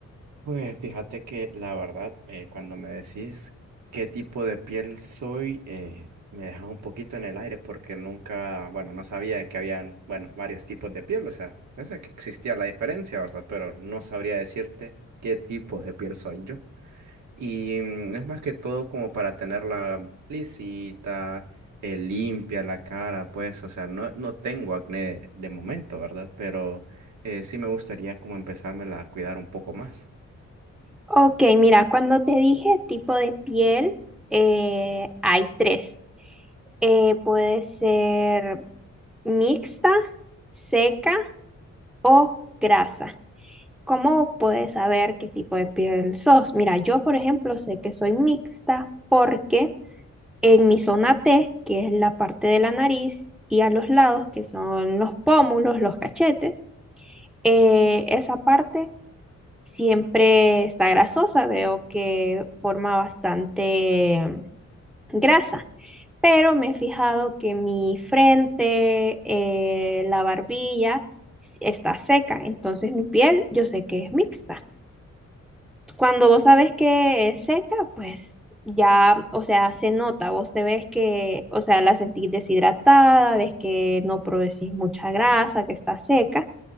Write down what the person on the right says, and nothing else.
Pues fíjate que la verdad, eh, cuando me decís qué tipo de piel soy, eh, me dejas un poquito en el aire porque nunca, bueno, no sabía que habían, bueno, varios tipos de piel, o sea, yo sé que existía la diferencia, ¿verdad? Pero no sabría decirte qué tipo de piel soy yo. Y mm, es más que todo como para tenerla lisita, eh, limpia la cara, pues, o sea, no, no tengo acné de momento, ¿verdad? Pero eh, sí me gustaría como empezármela a cuidar un poco más.